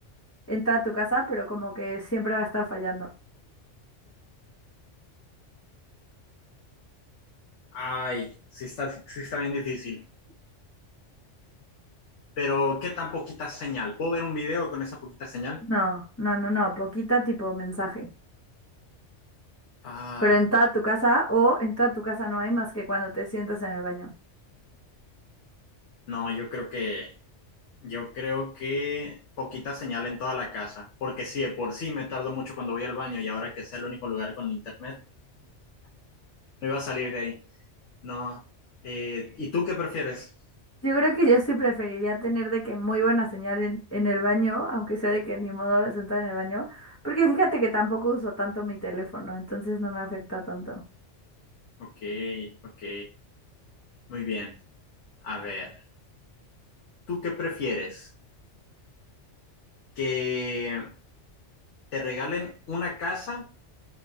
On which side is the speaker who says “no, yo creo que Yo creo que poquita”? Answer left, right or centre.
Left